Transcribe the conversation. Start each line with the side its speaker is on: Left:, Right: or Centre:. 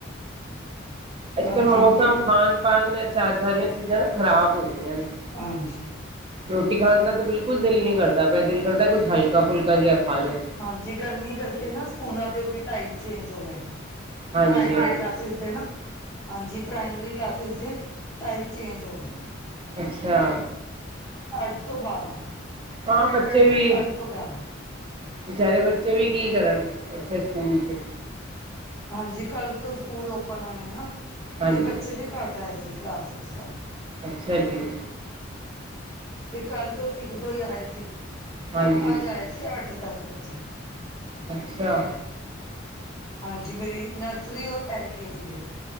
Right: ਅੱਜ
Left: ਹਾਂਜੀ
Right: ਕੱਲ੍ਹ ਮੌਸਮ
Left: ਉਹ
Right: ਖਾਾਨ ਪਣ ਸਾਰੀਆਂ ਚੀਜ਼ਾਂ ਨਾ ਖ਼ਰਾਬ ਹੋ ਗਈਆਂ ਨੇ
Left: ਹਾਂਜੀ
Right: ਰੋਟੀ ਖਾਣ ਦਾ ਤਾਂ ਬਿਲਕੁਲ ਦਿਲ ਨੀ ਕਰਦਾ ਪਿਆ ਦਿਲ ਕਰਦਾ ਕੁਛ ਹਲਕਾ ਫੁਲਕਾ ਜਿਹਾ ਖਾ ਲੋ
Left: ਹਾਂਜੀ ਗਰਮੀ ਕਰਕੇ ਨਾ ਸਕੂਲਾਂ ਦੇ ਵੀ ਟਾਈਮ ਚੇਂਜ ਹੋ ਗਏ ਨੇ
Right: ਹਾਂਜੀ
Left: ਪ੍ਰਮਰੀ
Right: ਹਾਂਜੀ
Left: ਕਲਾ ਕਲਾਸਿਸ ਦੇ ਨਾ ਹਾਂਜੀ ਪ੍ਰਾਇਮਰੀ ਕਲਾਸਿਸ ਦੇ ਟਾਈਮ ਚੇਂਜ ਹੋ ਗਏ ਨੇ
Right: ਅੱਛਾ
Left: ਅੱਠ ਤੋਂ ਬਾਰਾਂ
Right: ਹਾਂ
Left: ਸੈਟਰਡੇ
Right: ਬੱਚੇ ਵੀ
Left: ਅੱਠ ਤੋਂ ਗਿਆਰਾਂ
Right: ਵਿਚਾਰੇ ਬੱਚੇ ਵੀ ਕੀ ਕਰਨ ਉੱਥੇ ਸਕੂਲ 'ਚ
Left: ਹਾਂਜੀ ਕੱਲ੍ਹ ਤੋਂ ਸਕੂਲ ਓਪਨ ਹੋਏ ਨਾ
Right: ਹਾਂਜੀ
Left: ਤੇ ਬੱਚੇ ਵੀ ਘੱਟ ਆਏ ਸੀ ਕਲਾਸ ਵਿੱਚ ਸਾਡੀ।
Right: ਅੱਛਾ ਜੀ
Left: ਤੇ ਕੱਲ੍ਹ ਤੋਂ ਇੱਕ ਦੋ ਹੀ ਆਏ ਸੀ
Right: ਹਾਂਜੀ
Left: ਤੇ ਅੱਜ ਆਏ ਸੀ ਅੱਠ ਦਸ ਬੱਚੇ।
Right: ਅੱਛਾ
Left: ਹਾਂਜੀ ਮੇਰੀ ਨਰਸਰੀ ਔਰ ਐਲ ਕੇ ਜੀ ਦੇ